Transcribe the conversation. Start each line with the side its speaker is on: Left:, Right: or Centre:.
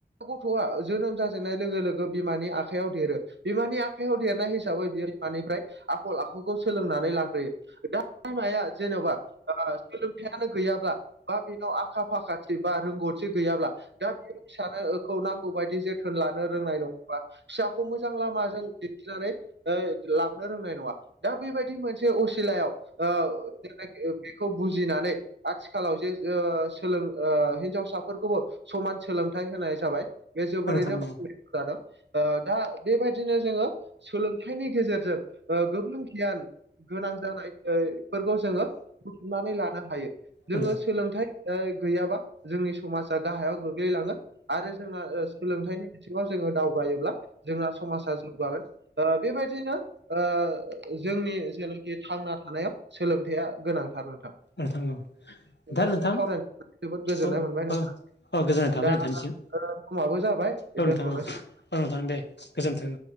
Right: गथ'आ जोनोम जाजेननाय लोगो लोगो बिमानि आखायाव देरो बिमानि आखायाव देरनाय हिसाबै बियो बिमानिफ्राय आखल आखुखौ सोलोंनानै लाग्रोयो बिमाया जेन'बा ओ सोलोंथाइयानो गैयाब्ला बा बेनाव आखा फाखाथि बा रोंगौ थि गैयाब्ला दा बे <inaudible> गौ बायदि जोथोन लानो रोंनाय नङा फिसाखौ मोजां लामाजों दिन्थिनानै ओ लांनो रोंनाय नङा दा बेबायदि मोनसे असिलायाव ओ बेखौ बुजिनानै आथिखालाव जे ओ सोलों ओ हिनजावसाफोरखौबो समान सोलोंथाइ होनाय जाबाय बे जोबोरैनो
Left: नोंथां औ
Right: <inaudible> जादों ओ दा बेबायदिनो जोङो सोलोंथाइनि गेजेरजों ओ गोबां गियान गोनां जानाय ओ फोरखौ जोङो बुथुमनानै लानो हायो जोङो
Left: औ
Right: सोलोंथाइ ओ गैयाबा जोंनि समाजा गाहायाव गोग्लैलाङो आरो जोंना ओ सोलोंथाइनि बिथिङाव जोङो दावगायोब्ला जोंना समाजा जौगागोन ओ बेबायदिनो ओ जोंनि जेनाखि थांना थानायाव सोलोंथाया गोनांथार नोंथां
Left: नोंथां औ
Right: नोंथांजों
Left: दा नोंथां
Right: सावरायनानै जोबोद गोजोननाय
Left: औ
Right: मोनबाय नोंथां
Left: औ औ गोजोननाय थाबाय
Right: दा
Left: नोंथांनिसिम
Right: ओ समाबो जाबाय
Left: औ नोंथां
Right: दोनथ'नोसै
Left: औ औ नोंथां दे गोजोन्थों